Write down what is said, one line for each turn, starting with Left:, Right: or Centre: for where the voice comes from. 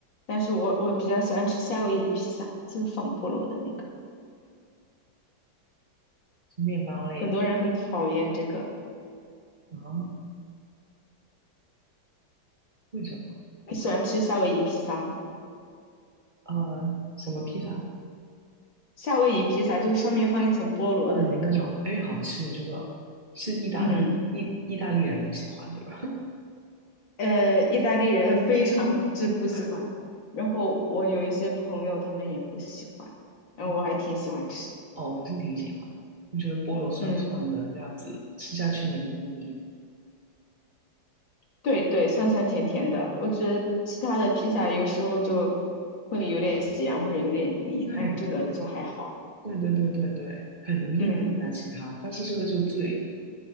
Left: 但是我我比较喜欢吃夏威夷披萨，就是放菠萝的那个。
Right: 面包类。
Left: 很多人很讨厌这个。
Right: 的。啊，为什么？
Left: 你喜欢吃夏威夷披萨吗？
Right: 呃，什么披萨？
Left: 夏威夷披萨就是上面放一层菠萝的那个，
Right: 锅炉那种？哎，好吃耶！这个是意大利意意大利人不喜欢，
Left: 嗯，
Right: 对吧？
Left: 呃，意大利人 <laughs> 非常之不喜欢，
Right: <laughs>
Left: 然后我有一些朋友他们也不喜欢，然后我还挺喜欢吃，
Right: 嗯哦，我是挺喜欢的，我觉得菠萝酸酸的，
Left: 嗯，
Right: 这样子吃下去没那么腻。
Left: 对对，酸酸甜甜的，我觉得其他的披萨有时候就会有点咸或者有点腻，
Right: 对，
Left: 但是这个就还好，
Right: 对对对对对，很容易腻啊，
Left: 嗯，
Right: 其他，但是这个就最，